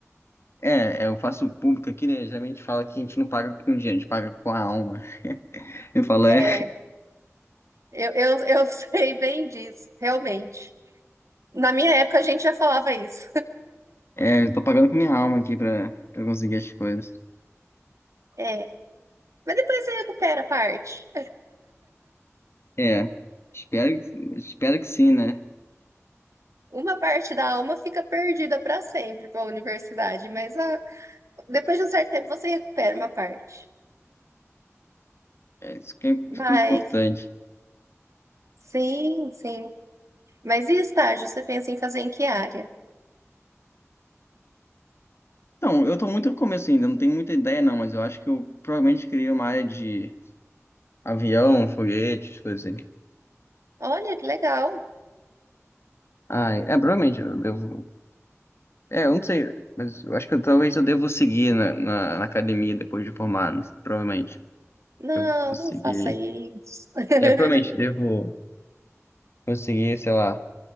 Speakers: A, on the left (about 55°); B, on the right (about 70°).
A: É, é, eu faço público aqui, né? Geralmente fala que a gente não paga com dinheiro, a gente paga com a alma. <laughs> Eu falo,
B: É,
A: é,
B: Eu, eu, eu <laughs> sei bem disso, realmente. Na minha época a gente já falava isso.
A: é, eu tô pagando com minha alma aqui pra, pra conseguir as coisas.
B: É, Mas depois você recupera a parte.
A: É, espero, que- espero que sim, né?
B: Uma parte da alma fica perdida para sempre para a universidade, mas ah, depois de um certo tempo você recupera uma parte.
A: É, isso que é, isso
B: Mas
A: que é importante.
B: sim, sim. Mas e estágio? Você pensa em fazer em que área?
A: Então, eu tô muito no começo ainda, não tenho muita ideia não, mas eu acho que eu provavelmente queria uma área de avião, foguetes, coisas assim.
B: Olha que legal.
A: Ah, é, provavelmente eu devo... É, eu não sei, mas eu acho que eu- talvez eu devo seguir na, na, na academia depois de formado, provavelmente.
B: Não,
A: Eu vou seguir.
B: não faça isso. <laughs>
A: É, provavelmente devo conseguir, sei lá...